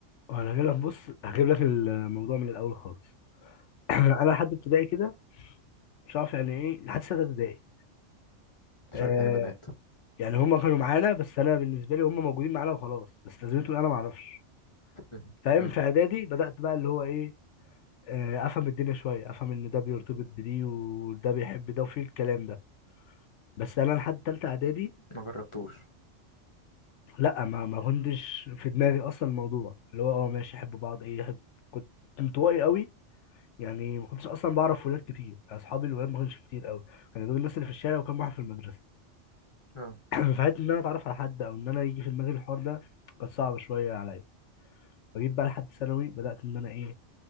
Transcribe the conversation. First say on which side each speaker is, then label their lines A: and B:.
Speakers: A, on the left; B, on the left.
A: انا هجيب لك بص هجيب لك الموضوع من الاول خالص <clears throat> انا لحد ابتدائي كده مش عارف يعني ايه لحد سنه ابتدائي آه
B: مش عارف يعني بنات
A: يعني هم كانوا معانا بس انا بالنسبه لي هم موجودين معانا وخلاص بس لازمتهم انا ما اعرفش
B: <laughs>
A: فاهم في اعدادي بدات بقى اللي هو ايه آه افهم الدنيا شويه افهم ان ده بيرتبط بدي وده بيحب ده وفي الكلام ده بس انا لحد تالته اعدادي
B: ما جربتوش
A: لا ما ما كنتش في دماغي اصلا الموضوع اللي هو اه ماشي يحب بعض ايه يحب كنت انطوائي قوي يعني ما كنتش اصلا بعرف ولاد كتير اصحابي الولاد ما كانش كتير قوي كانوا دول الناس اللي في الشارع وكان واحد في المدرسه
B: اه
A: <clears throat> فحته ان انا اتعرف على حد او ان انا يجي في دماغي الحوار ده كانت صعبه شويه عليا فجيت بقى لحد ثانوي بدات ان انا ايه